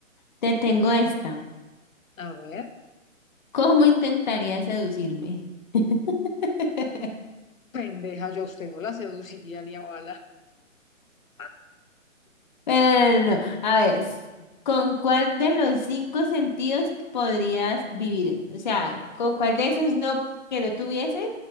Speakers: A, on the left; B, on the left.
A: te tengo esta.
B: A ver,
A: ¿Cómo intentaría seducirme? <laughs>
B: pendeja, yo a usted no la seduciría ni a bala. <laughs>
A: Pero no, no, no. no. A ver, s- ¿con cuál de los cinco sentidos podrías vivir? O sea, ¿con cuál de esos no que no tuvieses